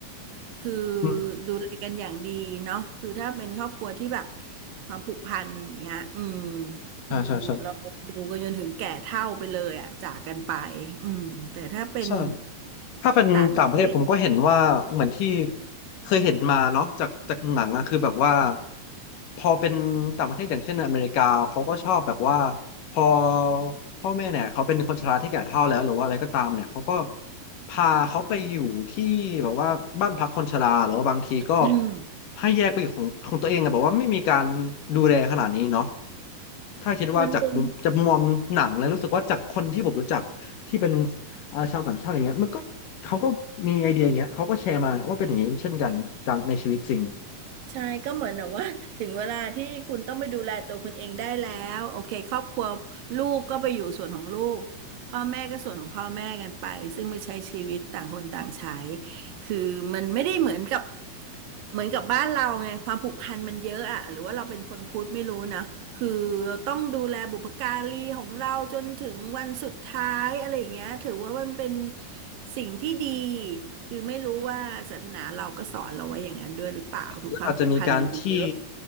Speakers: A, on the right; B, on the left.
A: คือ
B: อืม
A: ดูแลกันอย่างดีเนาะคือถ้าเป็นครอบครัวที่แบบความผูกพันอย่างเงี้ยอืม คือเราดูกันจนถึงแก่เฒ่าไปเลยอ่ะจากกันไป
B: ใช่ใช่ใช่
A: อืมแต่ถ้าเป็น
B: ใช่ ถ้าเป็นต่างประเทศผมก็เห็นว่าเหมือนที่
A: ต่างประเทศ
B: เคยเห็นมาเนาะจากจากหนังอะคือแบบว่าพอเป็นต่างประเทศอย่างเช่นอเมริกาเขาก็ชอบแบบว่าพอพ่อแม่เนี่ยเขาเป็นคนชราที่แก่เฒ่าแล้วหรือว่าอะไรก็ตามเนี่ยเขาก็พาเขาไปอยู่ที่แบบว่าบ้านพักคนชราหรือว่าบางทีก็
A: อืม
B: ให้แยกไปอยู่ของของตัวเองอะแบบว่าไม่มีการดูแลขนาดนี้เนาะ ถ้าคิดว่าจากมุมจากมุมมองหนังแล้วรู้สึกว่าจากคนที่ผมรู้จักที่เป็น
A: มันเป็น
B: อ่าชาวต่างชาติอย่างเงี้ยมันก็เขาก็มีไอเดียอย่างเงี้ยเขาก็แชร์มาว่าเป็นอย่างนี้เช่นกันจากในชีวิตจริง
A: ใช่ก็เหมือนแบบว่า <laughs> ถึงเวลาที่คุณต้องไปดูแลตัวคุณเองได้แล้วโอเคครอบครัวลูกก็ไปอยู่ส่วนของลูกพ่อแม่ก็ส่วนของพ่อแม่กันไปซึ่งไม่ใช้ชีวิตต่างคนต่างใช้คือมันไม่ได้เหมือนกับเหมือนกับบ้านเราไงความผูกพันมันเยอะอะหรือว่าเราเป็นคนพุทธไม่รู้นะคือเราต้องดูแลบุพการีของเราจนถึงวันสุดท้ายอะไรอย่างเงี้ยถือว่ามันเป็น สิ่งที่ดีคือไม่รู้ว่าศาสนาเราก็สอนเราไว้อย่างนั้นด้วยหรือเปล่าคือความผูกพันมันมีเยอะ
B: แล้วอาจจะมีการที่